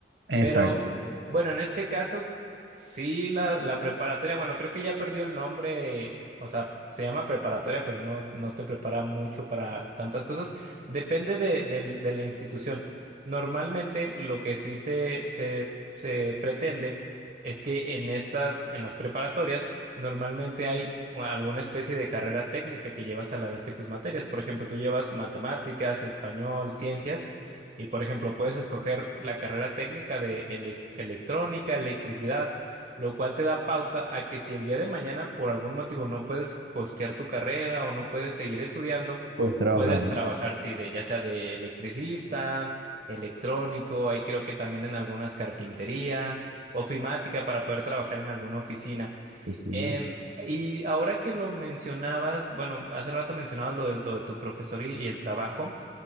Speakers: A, on the right (about 70°); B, on the right (about 45°).
A: Exacto,
B: Pero bueno, en este caso, sí, la, la preparatoria, bueno, creo que ya perdió el nombre de- o sea, se llama preparatoria, pero no, no te prepara mucho para tantas cosas. Depende de, del- de la institución. Normalmente lo que sí se, se, se pretende es que en estas, en las preparatorias, normalmente hay alguna especie de carrera técnica que llevas a la vez que tus materias. Por ejemplo, tú llevas matemáticas, español, ciencias. Y por ejemplo, puedes escoger la carrera técnica de elec- electrónica, electricidad, lo cual te da pauta a que si el día de mañana por algún motivo no puedes costear tu carrera o no puedes seguir estudiando,
A: puedes trabajar,
B: puedes
A: ¿no?
B: trabajar, sí, de, ya sea de electricista, electrónico, ahí creo que también en algunas carpintería, ofimática para poder trabajar en alguna oficina.
A: Pues sí, ¿no?
B: Em, y ahora que lo mencionabas, bueno, hace rato mencionabas lo de, lo de tu profesor y y el trabajo.